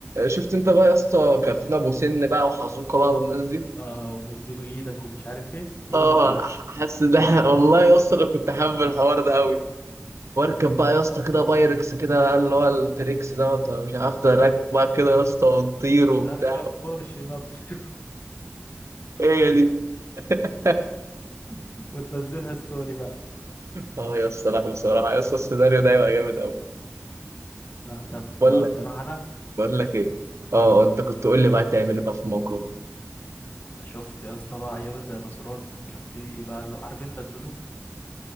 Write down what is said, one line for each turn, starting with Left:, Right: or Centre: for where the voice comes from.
Right: شفت انت بقى يا اسطى كارتين ابو سن بقى وحزوقه بقى والناس دي
Left: اه ومديله ايدك ومش عارف ايه يقوم
Right: اه
Left: واكلها
Right: حاسس ان احنا <laughs> والله يا اسطى انا كنت حابب الحوار ده قوي واركب بقى يا اسطى كده بايركس كده بقى اللي هو التريكس دوت مش عارف ده راكب بقى كده يا اسطى ونطير وبتاع
Left: اركب بورش ما بتشوف
Right: هي دي <laughs>
Left: <laughs> وتنزلها ستوري بقى
Right: اه يا اسطى لا بصراحه يا اسطى السيناريو ده هيبقى جامد قوي
Left: لا طب
Right: بقول لك
Left: بصراحة أنا
Right: بقول لك ايه اه انت كنت قول لي بقى تعمل ايه بقى في الموقف ده
Left: شفت يا اسطى بقى أيام الديناصورات كان في بقى اللي عارف أنت الدودو